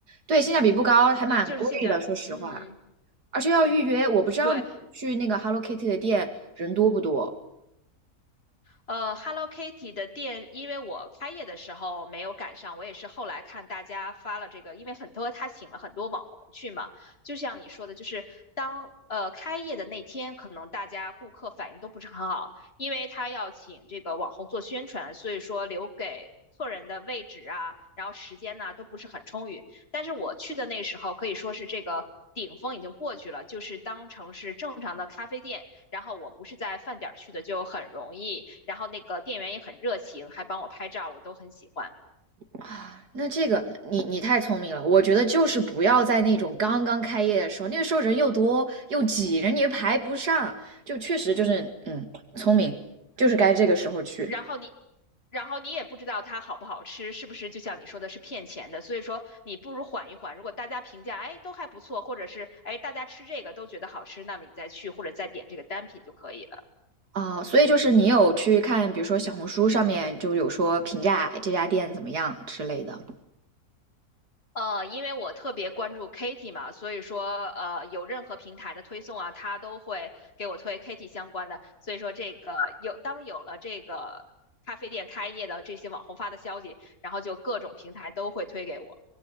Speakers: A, on the right; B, on the left.
A: 对，性价比不高，还蛮贵的，
B: 嗯，就是性价比。
A: 说实话，
B: 嗯，
A: 而且要预约。我不知道你去那个
B: 对，
A: Hello Kitty 的店人多不多。
B: 呃，Hello Kitty 的店，因为我开业的时候没有赶上，我也是后来看大家发了这个，因为很多他请了很多网红去嘛，就像你说的，就是当呃开业的那天，可能大家顾客反应都不是很好，因为他要请这个网红做宣传，所以说留给。客人的位置啊，然后时间呐都不是很充裕。但是我去的那时候可以说是这个顶峰已经过去了，就是当成是正常的咖啡店。然后我不是在饭点儿去的，就很容易。然后那个店员也很热情，还帮我拍照，我都很喜欢。
A: 啊，那这个你你太聪明了，我觉得就是不要在那种刚刚开业的时候，那个时候人又多又挤，人也排不上，就确实就是嗯，聪明，就是该这个时候去
B: 然后你，然后你也不知道它好不好吃，是不是就像你说的是骗钱的？所以说你不如缓一缓。如果大家评价哎都还不错，或者是哎大家吃这个都觉得好吃，那么你再去或者再点这个单品就可以了。
A: 啊。所以就是你有去看，比如说小红书上面就有说评价这家店怎么样之类的
B: 呃，因为我特别关注 Kitty 嘛，所以说呃，有任何平台的推送啊，它都会给我推 Kitty 相关的。所以说这个有，当有了这个咖啡店开业的这些网红发的消息，然后就各种平台都会推给我。